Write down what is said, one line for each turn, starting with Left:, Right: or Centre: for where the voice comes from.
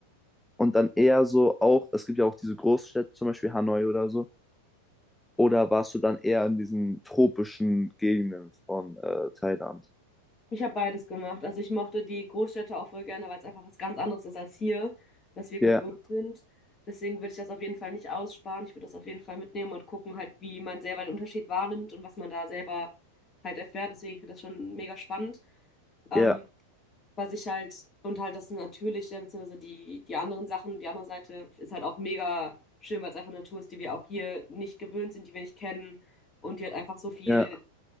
Centre: und dann eher so auch, es gibt ja auch diese Großstädte, zum Beispiel Hanoi oder so. Oder warst du dann eher in diesen tropischen Gegenden von äh, Thailand?
Left: ich habe beides gemacht. Also ich mochte die Großstädte auch voll gerne, weil es einfach was ganz anderes ist als hier, was wir gewohnt
Centre: Ja,
Left: sind. Deswegen würde ich das auf jeden Fall nicht aussparen. Ich würde das auf jeden Fall mitnehmen und gucken halt, wie man selber den Unterschied wahrnimmt und was man da selber halt erfährt. Deswegen, ich finde das schon mega spannend. Ähm,
Centre: ja,
Left: was ich halt, und halt das Natürliche, beziehungsweise die, die anderen Sachen, die andere Seite ist halt auch mega schön, weil es einfach eine Natur ist, die wir auch hier nicht gewöhnt sind, die wir nicht kennen und die halt einfach so viel
Centre: ja,